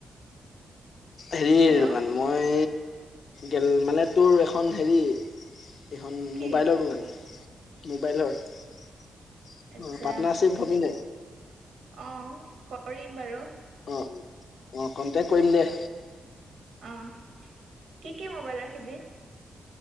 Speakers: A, on the left (about 65°); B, on the right (about 85°).
A: হেৰিৰ
B: হেল্ল'
A: দোকান মই, গেল মানে তোৰ এখন হেৰি এইখন
B: কি
A: মোবাইলৰ দোকান, মোবাইলৰ। অ',
B: আচ্ছা
A: পাৰ্টনাৰশ্বিপ হবি নাই?
B: অ কৰিম বাৰু।
A: অ', অ', কণ্টেক কৰিম দে।
B: অৱ', কি কি মোবাইল ৰাখিবি?